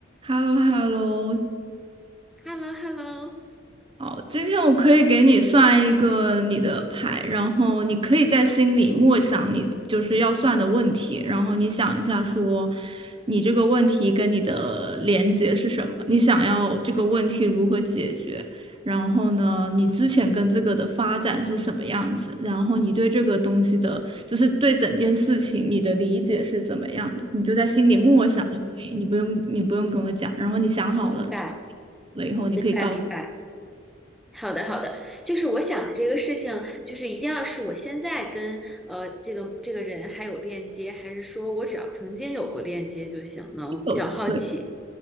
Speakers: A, on the right (about 30°); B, in the centre.
A: h e l l o h e l l o
B: h e l l o h e l l o
A: 好，今天我可以给你算一个你的牌，然后你可以在心里默想你就是要算的问题，然后你想一下说，你这个问题跟你的连接是什么？你想要这个问题如何解决？然后呢，你之前跟这个的发展是什么样子？然后你对这个东西的，就是对整件事情你的理解是怎么样的？你就在心里默想就可以，你不用你不用跟我讲。然后你想好了
B: 明白，
A: 了以后，你可以告诉。
B: 明白，明白。好的，好的，就是我想的这个事情，就是一定要是我现在跟呃这个这个人还有链接，还是说我只要曾经有过链接就行呢？我比较好奇，
A: 有对，